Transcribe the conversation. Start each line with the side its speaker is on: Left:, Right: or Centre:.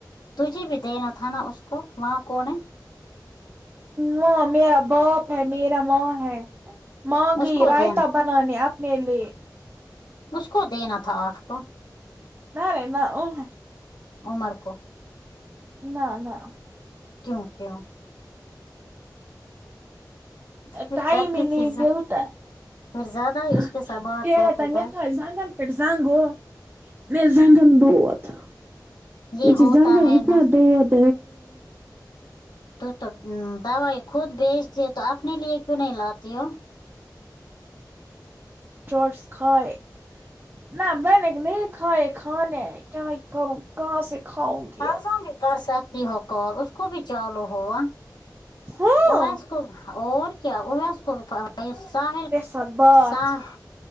Left: تجھے بھی دینا تھا نا اس کو وہاں کون ہے
Right: وہاں میرا باپ ہے میرا ماں ہے ماں
Left: اس
Right: گئی
Left: کو
Right: رائتا
Left: دینا
Right: بنا نانے آپنے لیے
Left: مجھ کو دینا تھا آف کو
Right: نہ رے نہ او
Left: عمر کو
Right: نہ نہ
Left: کیوں کیوں پھر
Right: ٹائم
Left: کرتی
Right: نہیں
Left: تھی ز...
Right: دیوتا
Left: پھر زیادہ ہی
Right: <unintelligible>
Left: اس کے ساتھ بات کرتی در یہ ہوتا ہے نا
Right: <unintelligible>
Left: تو تم دوائی خود بیچتی ہو تو اپنے لیے کیوں نہیں لاتی ہو
Right: شٹس کھاے نہ بینے گے نہیں کھانے کھانے کیا ہی کروں کہاں سے کھاؤں گی
Left: فرضاں
Right: اب
Left: بھی کر سکتی ہو کال اس کو بھی چالو ہوا
Right: ہاں
Left: اویس کو اور کیا ایس کو فر ساحل
Right: سب بات
Left: ساح